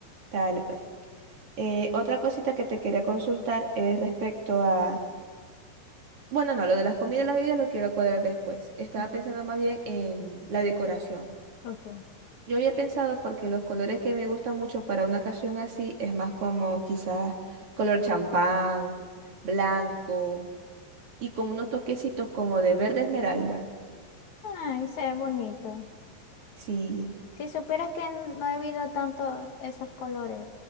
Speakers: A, on the right; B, on the left.
A: Dale, pues. Eh, otra cosita que te quería consultar es respecto a... Bueno, no, lo de las comidas y las bebidas lo quiero cuadrar después. Estaba
B: Ujú.
A: pensando más bien en la decoración.
B: Ok.
A: Yo había pensado porque los colores que me gustan mucho para una ocasión así es más como quizás color champán, blanco y con unos toquecitos como de verde esmeralda.
B: Ay, se ve bonito.
A: Sí,
B: Si supieras que no he visto tanto esos colores